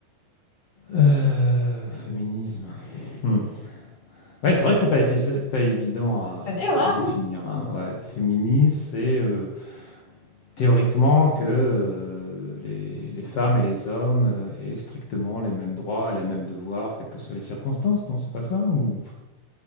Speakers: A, on the left; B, on the left.
A: euh, féminisme. Hmm. Ouais, c'est vrai que c'est pas, effi- pas évident à,
B: C'est dur, hein?
A: à définir. hein, Ouais. Le féminisme, c'est euh, Théoriquement que, heu, les les femmes et les hommes, heu, aient strictement les mêmes droits et les mêmes devoirs, quelles que soient les circonstances, non, c'est pas ça ou?